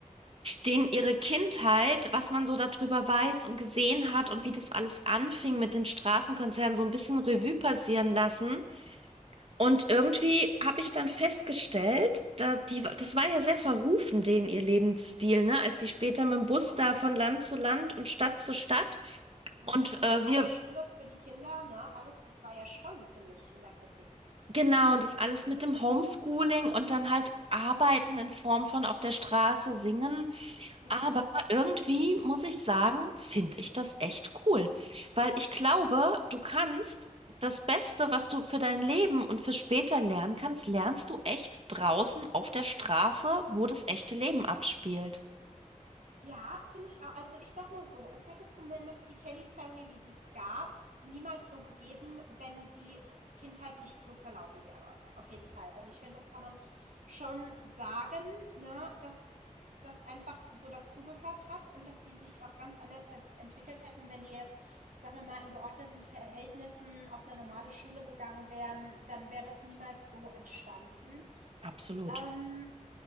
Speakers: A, on the right (about 45°); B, on the right (about 85°).
A: denen ihre Kindheit, was man so darüber weiß und gesehen hat und wie das alles anfing mit den Straßenkonzernen, so ein bisschen Revue passieren lassen. Und irgendwie habe ich dann festgestellt, da die, das war ja sehr verrufen, denen ihr Lebensstil, ne? Als sie später mit dem Bus
B: Ja.
A: da von Land zu Land und Stadt zu Stadt
B: Mhm.
A: und
B: Und
A: äh,
B: keine
A: wir,
B: Schule für die Kinder, ne? Alles, das war ja schon ziemlich in der Kritik.
A: genau, und das alles mit dem Homeschooling und dann halt Arbeiten in Form von auf der Straße singen.
B: Mhm.
A: Aber irgendwie muss ich sagen, finde ich das echt cool, weil ich glaube, du kannst das Beste, was du für dein Leben und für später lernen kannst, lernst du echt draußen auf der Straße, wo das echte Leben abspielt.
B: Ja, finde ich auch. Also ich sag mal so, es hätte zumindest die Kelly Family, wie sie es gab, niemals so gegeben, wenn die Kindheit nicht so verlaufen wäre. Auf jeden Fall. Also ich finde, das kann man schon sagen, ne, dass das einfach so dazugehört hat und dass die sich auch ganz anders ver- entwickelt hätten, wenn die jetzt, sagen wir mal, in geordneten Verhältnissen auf eine normale Schule gegangen wären, dann wäre das niemals so entstanden.
A: Absolut.
B: Ähm,